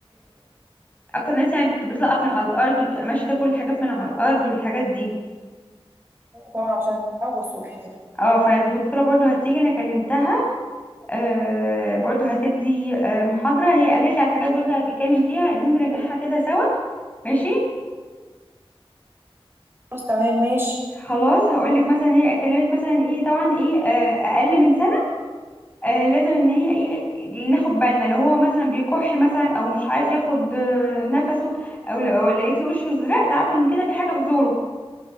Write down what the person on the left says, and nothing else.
اكتر ناس يعني بت- بتلقط من على الارض وبتبقى ماشيه تاكل الحاجات من على الارض والحاجات دي
اه فالدكتوره برضو هتيجي انا كلمتها آه برضو هتدي آه محاضره هي قالت لي على الحاجات برضو اللي هتتكلم فيها عايزين نراجعها كده سوا ماشي
خلاص هقول لك مثلا هي اتكلمت مثلا ايه طبعا ايه آه اقل من سنه آه لازم ان هي ايه ناخد بالنا لو هو مثلا بيكح مثلا او مش عارف ياخد آه نفسه او لو لو لقيتي وشه ازرق تعرف ان كده في حاجه في زوره